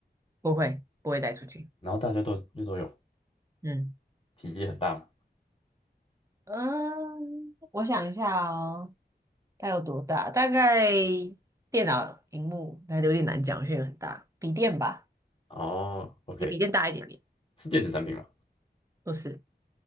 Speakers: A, on the right (about 15°); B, on the left (about 30°).
A: 不会，不会带出去。
B: 然后大家都又都有，
A: 嗯
B: 体积很大嘛。
A: 嗯，我想一下哦，它有多大？大概电脑屏幕那就有点难讲，现在很大，笔电吧。
B: 哦，OK，
A: 比笔电大一点点。
B: 是电子产品吗？
A: 不是，